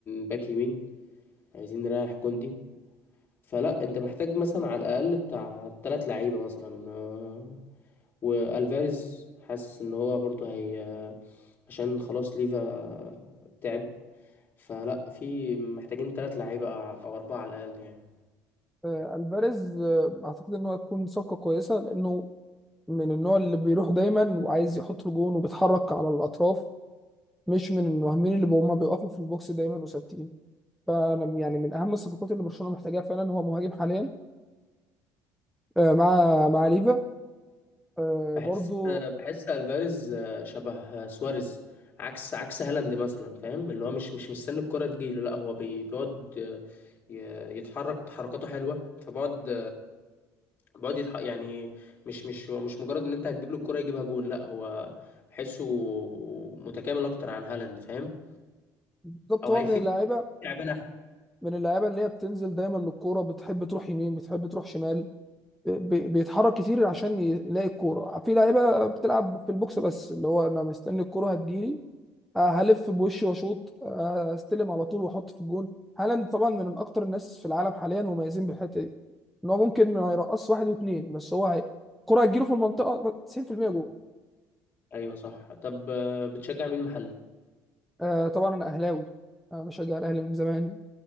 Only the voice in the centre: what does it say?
آه، الفاريز آه، اعتقد ان هو هتكون صفقه كويسه لانه من النوع اللي بيروح دايما وعايز يحط الجون وبيتحرك على الاطراف مش من المهاجمين اللي هما بيقفوا في البوكس دايما وثابتين فانا يعني من اهم الصفقات اللي برشلونه محتاجاها فعلا هو مهاجم حاليا آه، مع مع ليفا آه
برضو
بالظبط
هو
من اللعيبه
من اللعيبه اللي هي بتنزل دايما للكوره بتحب تروح يمين بتحب تروح شمال بي- بيتحرك كتير عشان يلاقي الكوره في لعيبه بتلعب في البوكس بس اللي هو انا مستني الكوره هتجيلي آه، هلف بوشي واشوط آه، استلم على طول واحط في الجون هالاند طبعا من اكتر الناس في العالم حاليا مميزين بالحته دي ان هو ممكن ما يرقص واحد واثنين بس هو هي الكوره هتجيله في المنطقه 90% جول
آه طبعا انا اهلاوي انا بشجع الاهلي من زمان